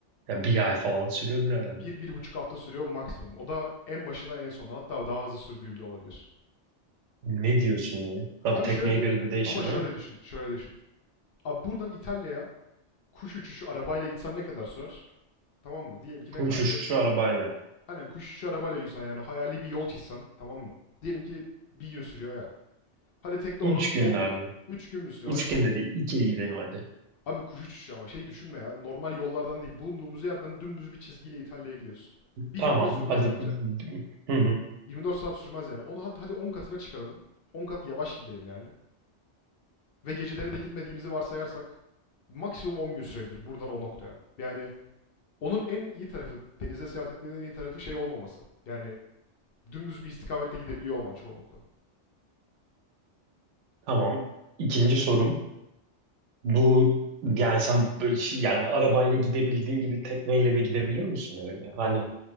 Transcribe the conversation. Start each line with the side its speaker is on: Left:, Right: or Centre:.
Right: Ya bir ay falan sürüyordur herhalde.
Left: bir, bir buçuk hafta sürüyor maksimum. O da en başına en sona hatta daha hızlı sürdüğü bile olabilir.
Right: Ne diyorsun yani? Tabii
Left: Abi
Right: tekneye
Left: şöyle
Right: göre de değişir
Left: ama şöyle
Right: değil mi?
Left: düşün, şöyle düşün. Abi buradan İtalya'ya kuş uçuşu arabayla gitsen ne kadar sürer? Tamam mı? Diyelim ki ne
Right: Uçuş
Left: kadar sürer?
Right: şu arabayla.
Left: Aynen kuş uçuşu arabayla gitsen yani hayali bir yol çizsen tamam mı? Diyelim ki bir gün sürüyor ya. Hadi tekne
Right: Üç
Left: onun
Right: gün
Left: 10
Right: derdim.
Left: 3 gün mü sürüyor?
Right: Üç
Left: Hadi
Right: günde
Left: tek
Right: değil. iki gideyim hadi.
Left: Abi kuş uçuşu ama şey düşünme ya. Normal yollardan değil. Bulunduğumuz yerden dümdüz bir çizgiyle İtalya'ya gidiyorsun. Bir
Right: Tamam
Left: gün bile sürmez
Right: hadi.
Left: bence.
Right: Hı hı.
Left: 24 saat sürmez yani. Onu hat- hadi 10 katına çıkaralım. on kat yavaş gidelim yani. Ve geceleri de gitmediğimizi varsayarsak maksimum 10 gün sürebilir buradan o noktaya. Yani onun en iyi tarafı, denize seyahat etmenin en iyi tarafı şey olmaması. Yani dümdüz bir istikamette gidebiliyor olman çoğunlukla.
Right: Tamam. İkinci sorum. Bu yani sen böyle şey- yani arabayla gidebildiğin gibi tekneyle de gidebiliyor musun öyle? Hani